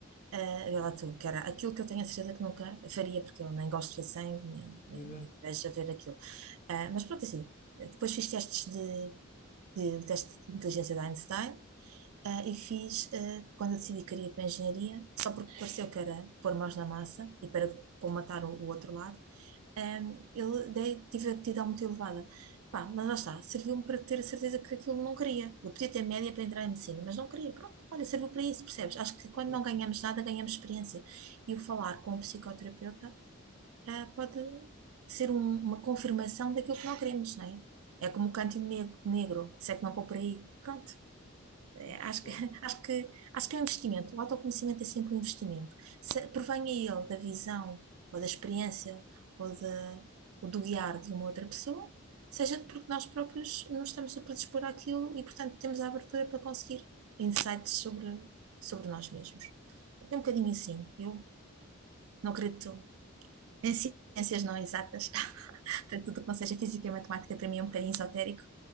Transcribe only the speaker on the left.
Exato,
sim,
sim.
Claro,
claro,